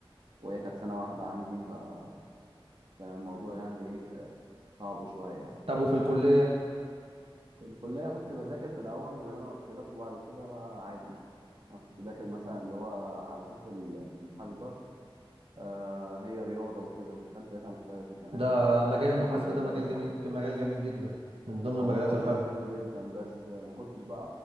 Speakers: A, on the right (about 55°); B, on the right (about 85°).
A: وهي كانت سنة واحدة عندي فكان الموضوع يعني إيه آه، صعب شوية يعني
B: طب وفي الكليه
A: في الكلية كنت بذاكر في الأول زي ما أنا قلت لك وبعد كده بقى عادي أنا كنت داخل مثلا اللي هو على أساس المحاسبة آه هي رياضة وكده دخلت لقيتها مختلفة تماما
B: ده
A: يعني
B: مجال
A: ملهاش
B: المحاسبه
A: علاقة بالرياضة
B: ده مجال
A: خالص
B: جميل مجال جميل جدا من ضمن المجالات
A: هو طلع
B: الحلوه
A: مجال حلو جدا بس آه، ما كنتش بقى